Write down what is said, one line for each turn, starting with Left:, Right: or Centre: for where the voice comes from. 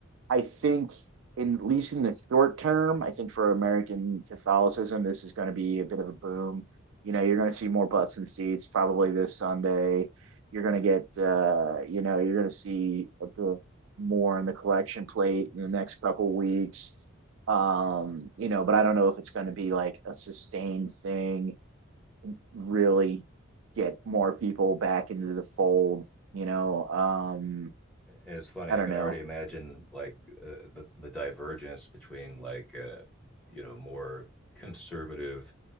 Right: I think, in at least in the short term, I think for American Catholicism, this is going to be a bit of a boom. You know, you're going to see more butts and seats probably this Sunday. You're going to get, uh, you know, you're going to see a bit more in the collection plate in the next couple weeks. Um, you know, but I don't know if it's going to be like a sustained thing, really get more people back into the fold, you know. Um,
Centre: And it's funny,
Right: I
Centre: I
Right: don't
Centre: could
Right: know.
Centre: already imagine like uh, the the divergence between like uh, you know more conservative